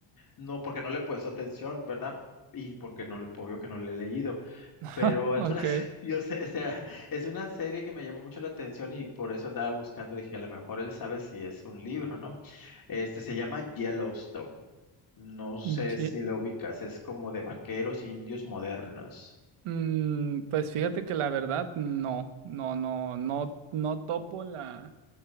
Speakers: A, on the left (about 40°); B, on the right (about 85°).
A: no, porque no le he puesto atención, ¿verdad? Y porque no, obvio que no le he leído,
B: <laughs>
A: pero es
B: Ok.
A: una, se- <laughs> yo sé, o sea, es una serie que me llamó mucho la atención y por eso andaba buscando, dije, a lo mejor él sabe si es un libro, ¿no? Este se llama Yellowstone. No sé
B: Ye-
A: si lo ubicas, es como de vaqueros indios modernos.
B: mm, pues fíjate que la verdad, no, no, no, no, no topo la,